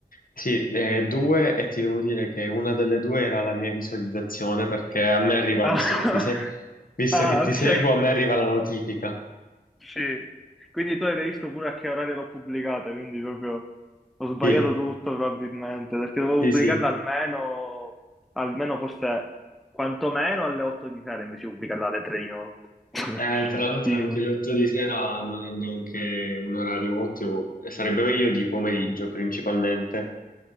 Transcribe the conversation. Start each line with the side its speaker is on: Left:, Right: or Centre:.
Left: Sì, eh, due e ti devo dire che una delle due era la mia visualizzazione perché a me arriva,
Centre: Ah,
Left: visto che ti se-
Centre: <laughs>
Left: visto
Centre: ah,
Left: che ti
Centre: ok.
Left: seguo, a me arriva la notifica.
Centre: Sì. Quindi tu hai visto pure a che orario l'ho pubblicata, quindi proprio ho sbagliato
Left: Sì,
Centre: tutto probabilmente, perché dovevo
Left: sì,
Centre: pubblicarla
Left: sì.
Centre: almeno, almeno forse quantomeno alle 8 di sera, invece di pubblicarla alle 3 di notte. <laughs>
Left: Eh, tra l'altro
Centre: Tipo.
Left: anche le 8 di sera non è neanche un orario ottimo, e sarebbe meglio di pomeriggio principalmente,